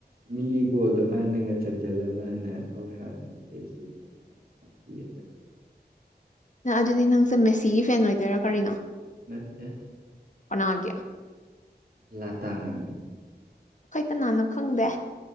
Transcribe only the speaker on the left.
ꯅ ꯑꯗꯨꯗꯤ ꯅꯪꯁꯦ ꯃꯦꯁꯤꯒꯤ ꯐꯦꯟ ꯑꯣꯏꯗꯣꯏꯔꯥ ꯀꯔꯤꯅꯣ
ꯀꯅꯥꯒꯤ
ꯑꯩꯈꯣꯏ ꯀꯅꯥꯅꯣ ꯈꯪꯗꯦ